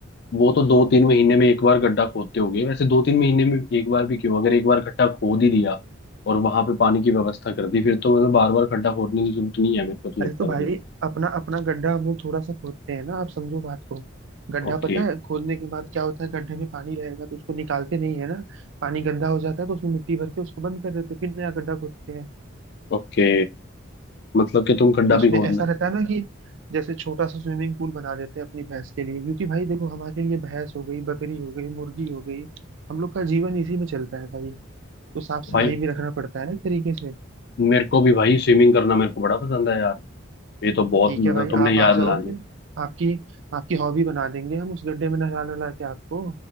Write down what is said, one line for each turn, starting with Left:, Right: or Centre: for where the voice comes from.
Left: वो तो दो तीन महीने में एक बार गड्ढा खोदते होगे वैसे दो तीन महीने में एक बार भी क्यों अगर एक बार गड्ढा खोद ही दिया और वहां पे पानी की व्यवस्था कर दी फिर तो मतलब बार बार गड्ढा खोदने की जरूरत नहीं है मेरे को तो
Right: अरे
Left: लगता
Right: तो भाई
Left: है भाई
Right: अपना अपना गड्ढा हम लोग थोड़ा सा खोदते हैं ना आप समझो बात को गड्ढा
Left: ओके
Right: पता है खोदने के बाद क्या होता है गड्ढे में पानी रहेगा तो उसको निकालते नहीं है ना पानी गंदा हो जाता है तो उसमें मिट्टी भर के उसको बंद कर देते हैं फिर नया गड्ढा खोदते हैं
Left: ओके मतलब कि तुम खड्डा
Right: तो उसमें
Left: भी खोदना
Right: ऐसा रहता है ना कि जैसे छोटा सा स्विमिंग पूल बना देते हैं अपनी भैंस के लिए क्योंकि भाई देखो हमारे लिए भैंस हो गई बकरी हो गई मुर्गी हो गई हम लोग का जीवन इसी में चलता है भाई तो साफ सफाई
Left: भाई
Right: भी रखना पड़ता है ना एक तरीके से
Left: मेरे को भी भाई स्विमिंग करना मेरे को बड़ा पसंद है यार ये तो बहुत
Right: ठीक
Left: मतलब
Right: है भाई
Left: तुमने
Right: आप
Left: याद
Right: आ जाओ
Left: दिला दिया
Right: फिर आपकी आपकी हॉबी बना देंगे हम उस गड्ढे में नहला नहला के आपको